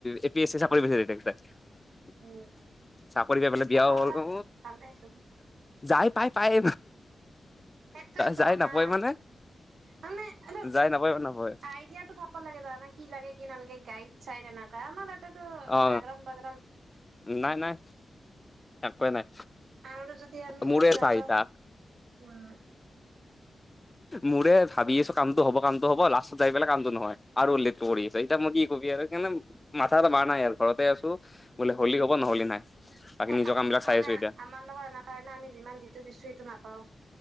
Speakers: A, on the left; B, on the right.
A: এ পি এছ চি চাকৰি <unintelligible>
B: উম
A: চাকৰি পাই পাই
B: চালা
A: বিয়াও হ'ল অ
B: ভাল দেচোন
A: যাই পাই পায়
B: সেইটোৱেতো
A: যাই নাপায়
B: না।
A: মানে
B: মানে আৰু
A: যাই নাপায় নাপায়
B: আইডিয়াটো থাকিব লাগে জানানা কি লাগে কি নালাগে গাইড। চাইদ এনেকা আমাৰ এটেটো
A: অ
B: আগ্ৰাম বাগ্ৰাম।
A: নাই নাই একোৱেই নাই।
B: আমাৰ যদি আমি
A: মোৰে
B: যদি
A: এটা
B: ধৰি লয়।
A: আইতা মোৰে ভাবি আছো কামটো হব কামটো হব লাষ্ট যাই পেলাই কামটো নহয়। আৰু উল্লেখ কৰি আছে এতিয়া মই কি কবি আৰু কাৰণে মাথা চাথা মাৰা নাই আৰু। ঘৰতে আছো বোলে হলি হ'ব নহলে নাই। বাকী
B: স
A: নিজৰ
B: আৰু
A: কাম বিলাক চাই
B: মানে
A: আছো এতিয়া
B: আমাৰ লগত এনেকুৱা না আমি যিমান যিটো বিচৰো সেইটো নাপাও।